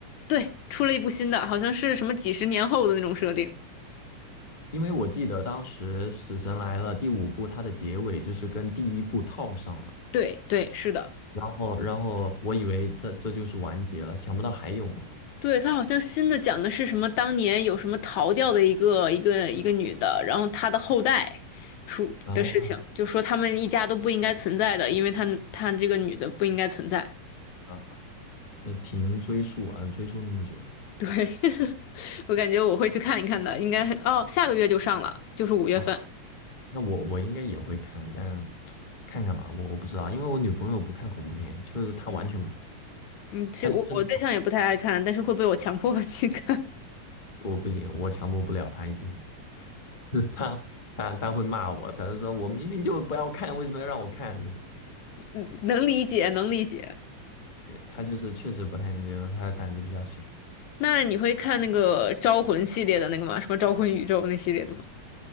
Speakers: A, on the left (about 65°); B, on the left (about 25°).
A: 对，出了一部新的，好像是什么几十年后的那种设定。
B: 因为我记得当时《死神来了》第五部，它的结尾就是跟第一部套上了，
A: 对对，是的。
B: 然后然后我以为这这就是完结了，想不到还有嘛。
A: 对，他好像新的讲的是什么？当年有什么逃掉的一个一个一个女的，然后她的后代出的事情，
B: 啊，
A: 就说他们一家都不应该存在的，因为她她这个女的不应该存在。
B: 啊这挺能追溯啊，追溯那么久
A: 对，<laughs> 我感觉我会去看一看的，应该哦，下个月就上了，就是五月份。
B: 啊。那我我应该也会看，但看看吧，我我不知道，因为我女朋友不看恐怖片，就是她完全不，
A: 嗯嗯，其实我我对象也不太爱看，
B: 她就是那种
A: 但是会被我强迫去看，
B: 我不行，我强迫不了她一点，<laughs> 她她她会骂我，她就说我明明就不要看，为什么要让我看呢？
A: <laughs> 嗯，能理解，能理解。
B: 他就是确实不太能接受，他的胆子比较小。
A: 那你会看那个《招魂》系列的那个吗？什么《招魂宇宙》那系列的吗？